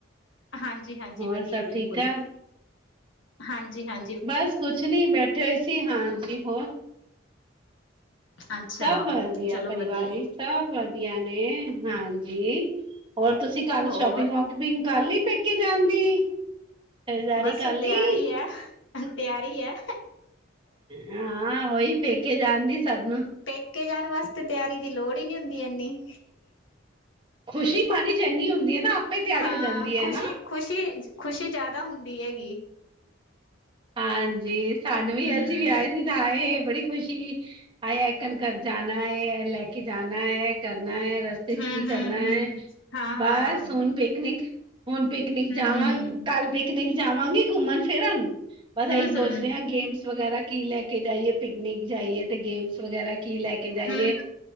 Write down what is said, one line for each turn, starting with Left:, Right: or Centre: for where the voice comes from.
Left: ਹਾਂਜੀ-ਹਾਂਜੀ
Right: ਹੋਰ
Left: ਵਧੀਆ
Right: ਸਭ
Left: ਬਿਲਕੁਲ
Right: ਠੀਕ ਠਾਕ?
Left: ਹਾਂਜੀ ਹਾਂ
Right: ਬਸ ਕੁਛ ਨੀ ਬੈਠੇ ਹੋਏ ਸੀ ਹਾਂਜੀ ਹੋਰ।
Left: ਅੱਛਾ
Right: ਸਭ ਵਧੀਆ
Left: ਚਲੋ
Right: ਪਰਿਵਾਰ
Left: ਵਧੀਆ
Right: ਵਿਚ। ਸਭ ਵਧੀਆ ਨੇ ਹਾਂਜੀ ਹੋਰ ਤੁਸੀਂ ਕੱਲ
Left: ਹੋਰ
Right: ਸ਼ੋਪਿੰਗਾ ਪਿਂਗ ਕਰ ਲੀ ਪੇਕੇ ਜਾਨ ਦੀ। ਖਰੀਦਦਾਰੀ
Left: ਬਸ
Right: ਕਰ ਲਈ
Left: ਤਿਆਰੀ ਐ, ਤਿਆਰੀ ਐ।
Right: ਹਾਂ ਉਹੀ ਪੇਕੇ ਜਾਣ ਦੀ ਸਭ ਨੂੰ
Left: ਪੇਕੇ ਜਾਣ ਵਾਸਤੇ ਤਿਆਰੀ ਦੀ ਲੋੜ ਹੀ ਨੀ ਹੁੰਦੀ ਏਨੀ।
Right: ਖੁਸ਼ੀ ਮਨ ਇਚ ਏਨੀ ਹੁੰਦੀ ਏ ਨਾ। ਆਪੇ ਤਿਆਰੀ
Left: ਹਾਂ
Right: ਹੋ ਜਾਂਦੀ ਹੈ
Left: ਖੁਸ਼ੀ-ਖੁਸ਼ੀ,
Right: ਨਾ
Left: ਖੁਸ਼ੀ ਜਾਦਾ ਹੁੰਦੀ ਹੈ ਗੀ।
Right: ਹਾਂਜੀ ਸਾਨੂੰ ਵੀ
Left: ਹਮ
Right: ਅਸੀਂ ਵੀ ਆਏ ਸੀ ਤਾਂ ਆਏ ਬੜੀ ਖੁਸ਼ੀ ਆਏ ਐਕਣ ਜਾਣਾ ਐ ਲੈ ਕੇ ਜਾਣਾ ਐ ਕਰਨਾ ਐ ਰ ਸਤੇ ਚ
Left: ਹਮ-ਹਮ-ਹਮ
Right: ਕੀ ਕਰਨਾ ਐ।
Left: ਹਾਂ-ਹਾਂ
Right: ਬਸ ਹੁਨ ਪਿਕਨਿਕ ਹੁਨ ਪਿਕਨਿਕ
Left: ਹਮ-ਹਮ
Right: ਜਾਵਾ ਕੱਲ ਪਿ ਕਨਿਕ ਜਾਵਾਂਗੀ ਘੁੰਮਨ ਫਿਰਨ। ਬਸ
Left: ਹਮ-ਹਮ
Right: ਐਈ ਸੋਚ ਰਹੇ ਹਾਂ ਗੇਮਸ ਵਗੈਰਾ ਕੀ ਲੈ ਕੇ ਜਾਈਏ ਪਿਕਨਿਕ ਜਾਈਏ ਤੇ ਗੇਮ ਸ ਵਗੈਰਾ ਕੀ ਲੈ ਕੇ ਜਾਈਏ
Left: ਹਮ